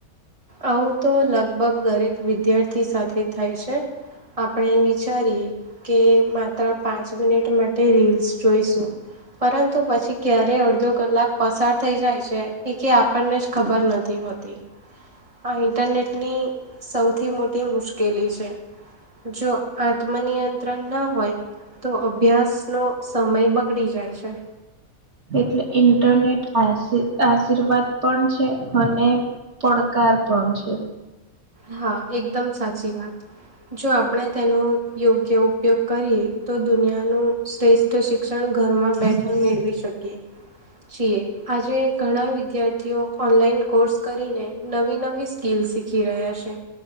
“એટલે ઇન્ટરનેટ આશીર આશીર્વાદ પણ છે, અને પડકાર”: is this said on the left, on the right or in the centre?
Right